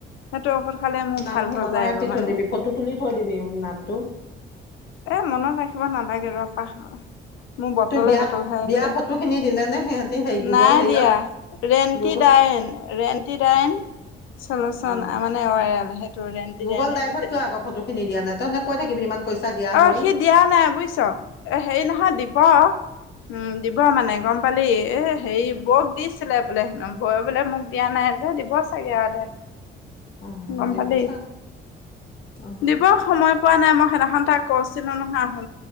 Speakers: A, on the left; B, on the left.
A: সেইটো ঔষধ খালে মোৰ
B: নামটো
A: ভাল হৈ
B: মনত
A: যায়গৈ
B: ৰাখি
A: মানে
B: থৈ দিবি ফটো তুলি থৈ দিবি নামটো।
A: এ মনত ৰাখিব নালাগে ৰ পাহৰ মোৰ বটলে
B: তই বিয়া
A: বটল হৈ
B: বিয়া
A: আছে
B: ফটো খিনি দিলে নে সিহঁতি হেৰি গুগল
A: নাই
B: হেৰিয়ত
A: দিয়া ৰেণ্টিডাইন
B: গুগল
A: ৰেণ্টিডাইন চলোচন
B: অ
A: মানে অইল সেইটো ৰেণ্টিাইন
B: গুগল ড্ৰাইভত
A: এইটোতে
B: কিয় আগৰ ফটোখিনি দিয়া নাই তহঁতে কৈ থাকিবি ইমান পইচা দিয়া
A: অ',
B: হ'ল।
A: সি দিয়া নাই বুইছ হেৰি নহয় দিব। উম, দিব মানে গম পালি? এ হেৰি বৌক দিছিলে বোলে হেনো বৌ বোলে মোক দিয়া নাই যে, দিব চাগে আৰু দে।
B: অ
A: গম
B: দিব
A: পালি?
B: চা অ
A: দিব সময় পোৱা নাই মোক সেনাসন‌‌ তাক কৈছিলো নহয়‌ আহো